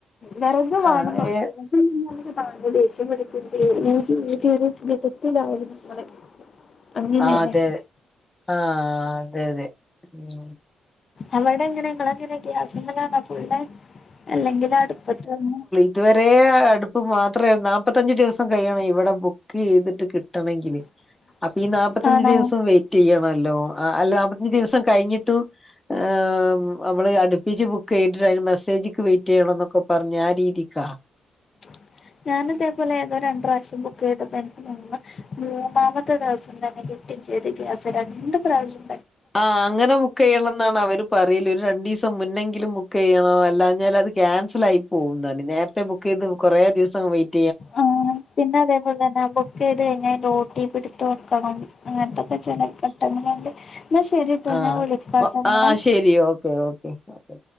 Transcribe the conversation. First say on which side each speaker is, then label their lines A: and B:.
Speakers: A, on the left; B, on the left.
A: വെറക് വേണെന്നൊള്ളു.
B: ആഹ് ഏഹ്
A: ആകെ ദേഷ്യം പിടിക്കും ചെയ്യും ഊതി ഊതി ഒരു വിധത്തിലാവും നമ്മള് അങ്ങനെലെ
B: ആഹ് അതെ അതെ ആഹ് അതെ അതെ മം
A: അവടെ എങ്ങനെ ഇങ്ങളങ്ങനെ ഗ്യാസ്മ്മലാണോ ഫുള്ള് അല്ലെങ്കിൽ അടുപ്പതണോ?
B: ഇതുവെരെ അടുപ്പ് മാത്രേയിരുന്നു നാല്പത്തഞ്ച് ദിവസം കഴിയണം ഇവടെ ബുക്ക് ചെയ്തിട്ട് കിട്ടണെങ്കില്
A: <inaudible>
B: അപ്പൊ ഈ നാല്പത്തഞ്ചു
A: ആണോ
B: ദിവസം വെയിറ്റ് ചെയ്യണല്ലോ അല്ല നാല്പത്തഞ്ചു ദിവസം കഴിഞ്ഞിട്ടു ഏ അമ്മള് അടുപ്പിച്ച് ബുക്ക് ചെയ്തിട്ട് അയിന് മെസ്സേജ്ക്ക് വെ റ്റെയ്യണംന്നൊക്കെ പറഞ്ഞ് ആ രീതിക്കാ
A: <inaudible> ഞാനിതേപോലെ ഏതോ രണ്ട് പ്രാവശ്യം ബുക്ക് ചെയ്തപ്പോ എനിക്ക് മൂന്ന് മൂന്നാമത്തെ ദിവസം തന്നെ കി റ്റ് ഇച്ചൊരു ഗ്യാസ് രണ്ട് പ്രാവിശ്യം
B: ആഹ് അങ്ങനെ ബുക്കെയ്ണ ന്നാണ് അവര് പറയല് ഒര് രണ്ടീസം മുന്നെങ്കിലും ബുക്കെയ്യണം അല്ലഞ്ഞാൽ അത് ക്യാൻസലായി. പോവുന്ന് പറഞ് നേരത്തെ ബുക്കെയ്ത് കൊറേ ദിവസം വെയ്
A: ആഹ് പിന്നതെ പ്പങ്ങനെ ബുക്കെയ്ത് കഴിഞ്ഞാ അയ്ന്റെ ഒ ട്ടി പി ഇട്ത്ത് വെക്കണം അങ്ങനത്തൊക്കെ ചെലേ ഘട്ടങ്ങള്ണ്ട് ന്നശെരിട്ടോ
B: ആഹ്
A: ഞാൻ വിളിക്കാട്ടോ നിങ്ങളെ
B: ആഹ് ശരി ഓക്കെ ഓക്കെ ഓക്കെ